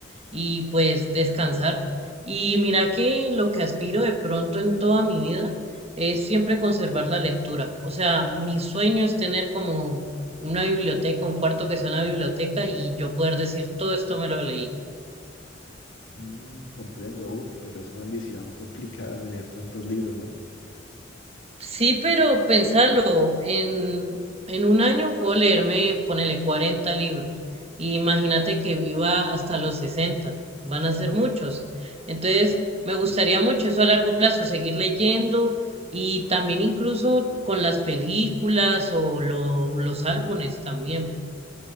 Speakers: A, on the right (about 35°); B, on the left (about 80°).
A: y pues descansar. Y mira que lo que aspiro de pronto en toda mi vida es siempre conservar la lectura. O sea, mi sueño es tener como una biblioteca, un cuarto que sea una biblioteca y yo poder decir todo esto me lo leí.
B: Mm, comprendo, uf, pero es una ambición complicada de leer tantos libros, ¿no?
A: Sí, pero pensarlo, en, en un año puedo leerme, ponele 40 libros. Y imagínate que viva hasta los 60 van a ser muchos. Entonces, me gustaría mucho eso a largo plazo, seguir leyendo y también incluso con las películas o lo- los álbumes también.